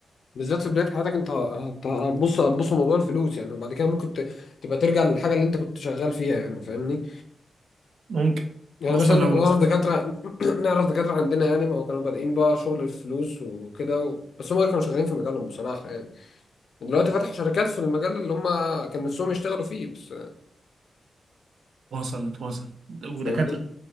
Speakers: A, on the left; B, on the right.
A: بالذات في بدايه حياتك انت هت- هتبص هتبص لموضوع الفلوس يعني وبعد كده ممكن ت... تبقى ترجع للحاجه اللي انت كنت شغال فيها يعني فاهمني
B: ممكن
A: يعني
B: خصوصا
A: مثلا
B: لو
A: احنا
B: مثلا
A: نعرف دكاترة <clears throat> نعرف دكاترة عندنا يعني ما هو كانوا بادئين بقى شغل الفلوس وكده و... بس هم كانوا شغالين في مجالهم بصراحة يعني دلوقتي فتحوا شركات في المجال اللي هم كان نفسهم يشتغلوا فيه بس
B: واصل واصل ودكاتره
A: فاهمني؟